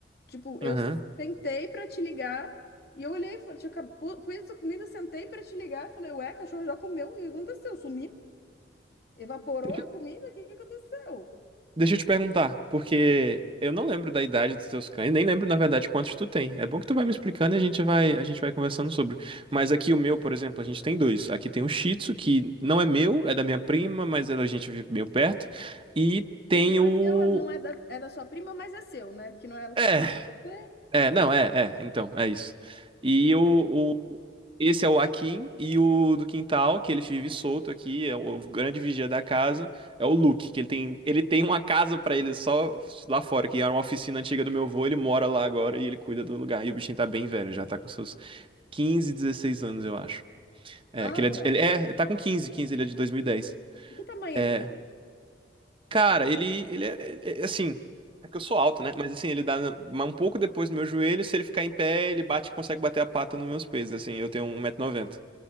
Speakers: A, on the left; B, on the right.
A: Tipo, eu
B: Aham.
A: sentei pra te ligar e eu olhei, e falei, tinha acab- pu- pus a comida, sentei pra te ligar, falei, ué, cachorro já comeu, o que aconteceu? Sumiu? Evaporou
B: Deixa
A: a comida? O que que aconteceu?
B: deixa eu te perguntar, porque eu não lembro da idade dos teus cães, nem lembro, na verdade, quantos tu tem. É bom que tu vai me explicando e a gente vai, a gente vai conversando sobre. Mas aqui o meu, por exemplo, a gente tem dois. Aqui tem um Shih Tzu, que não é meu, é da minha prima, mas ela- a gente vive meio perto. E tem
A: Não
B: o...
A: é seu, não é da, é da sua prima, mas é seu, né? Porque não é ela que
B: É.
A: cuidou, você.
B: É, não, é, é, então, é isso. E o, o- esse é o Akin e o do quintal, que ele vive solto aqui, é o grande vigia da casa, é o Luke, que ele tem, ele tem uma casa pra ele só lá fora, que era uma oficina antiga do meu avô, ele mora lá agora e ele cuida do lugar. E o bichinho tá bem velho, já tá com seus 15, 16 anos, eu acho. É,
A: Nossa,
B: que ele é, de- ele é, tá com quinze, 15. ele é de 2010.
A: e que tamanho
B: É,
A: ele tem?
B: Cara, ele, ele é, é- é assim. É porque eu sou alto, né? Mas assim, ele dá na- um pouco depois do meu joelho. Se ele ficar em pé, ele bate, consegue bater a pata nos meus peitos. Assim, eu tenho um 190 noventa.